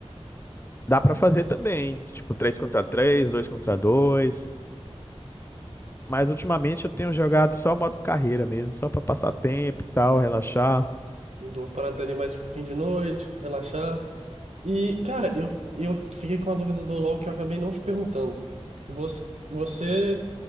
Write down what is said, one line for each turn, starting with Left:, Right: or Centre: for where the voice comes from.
Left: Dá pra fazer também, tipo, 3 contra três 2 contra dois Mas ultimamente eu tenho jogado só modo carreira mesmo, só pra passar tempo e tal, relaxar.
Right: Uhum, Uma parada ali mais fim de noite, relaxar. E, cara, eu, eu fiquei com a dúvida do LoL que eu acabei não te perguntando. Você, você,